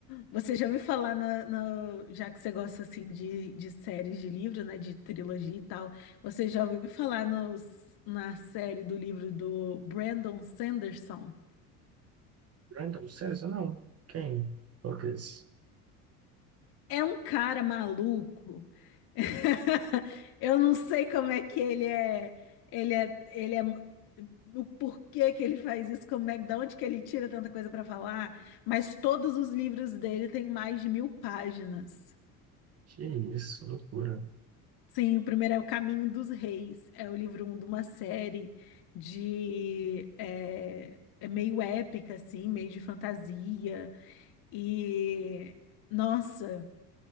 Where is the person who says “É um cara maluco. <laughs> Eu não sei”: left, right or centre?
Left